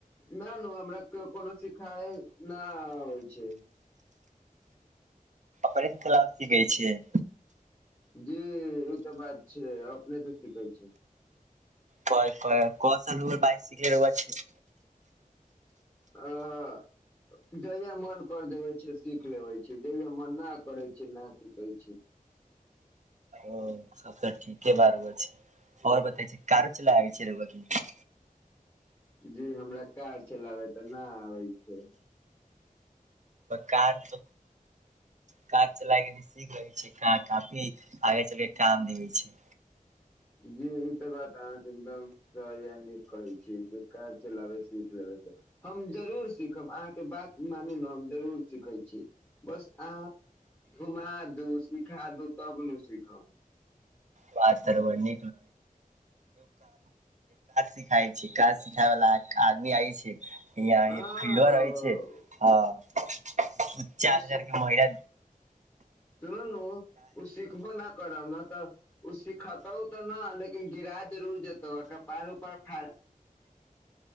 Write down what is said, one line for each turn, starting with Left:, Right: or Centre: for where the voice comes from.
Left: न नहि हमरा कोनो शिखा न होइ छै
Right: परि तलाबी गई छैिय
Left: जी ई तऽ बात छै अपने तऽ सिखै छै
Right: क क क स बइक सिख रब छै
Left: ह ह जहिया मन कर देवे छै सीख लेबे छै जहिया मन नहि करे छै नहि सिखै छै <inaudible>
Right: ओ सब तऽ ठीके बारु छै आओर बताै छी कारो चला आबै छै रु क
Left: जी हमरा कार चलाबै तऽ नहि आबै छै
Right: कार कार चलाय के भी सीख लगै छै काफी आ ल काम देै छै
Left: जी ई तऽ बात अहाँके एकदम सहा नीक कहै छी कार चलाबे सीख लेबै हम जरूर सीखब अहाँके बात मानू ने हम जरूर सीखै छी बस अहाँ घुमा दू सिखा दू तब ने सिखब
Right: बात तरबर न सिखई छै काज सिखाय वालला आदमी आ नई आहा
Left: हँ
Right: के फीगर अछी रहै छै ह चार
Left: ओ
Right: हजारके महिला
Left: दुन ओ सिखबो न करब तऽ ओ सिखतौ तऽ ने लेकिन गिरा जरूर जेतौ आ कपाड़ उपार फाड़ <inaudible>